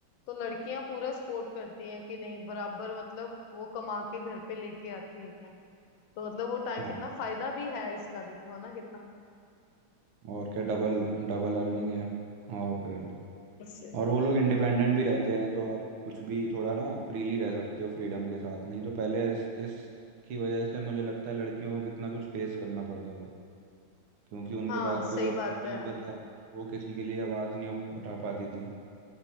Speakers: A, on the left; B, on the right.
A: तो लड़कियां पूरा सपोर्ट करती हैं कि नहीं बराबर मतलब वो कमा के घर पे लेके आती हैं तो मतलब वो टाइम
B: हाँ
A: कितना फायदा भी है इसका देखो है ना कितना
B: और क्या डबल डबल अर्निंग है और फिर
A: उससे
B: और वो लोग इंडिपेंडेंट भी रहते हैं तो आप कुछ भी थोड़ा ना फ्रीली रह सकते हो फ्रीडम के साथ नहीं तो पहले इस इस की वजह से मुझे लगता है लड़कियों को कितना कुछ फेस करना पड़ता था क्योंकि उनके
A: हाँ
B: पास
A: सही
B: कोई ऑप्शन
A: बात
B: नहीं
A: है
B: होता था वो किसी के लिए आवाज़ नहीं उठ- उठा पाती थी